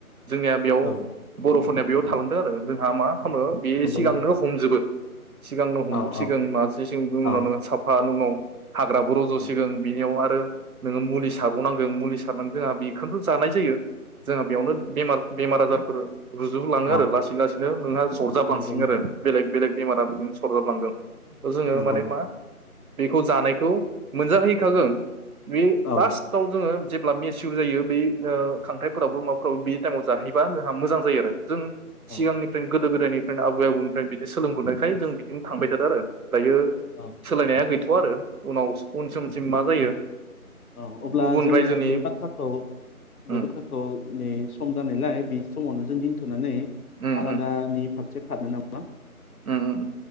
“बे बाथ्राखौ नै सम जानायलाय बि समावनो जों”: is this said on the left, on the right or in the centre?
Left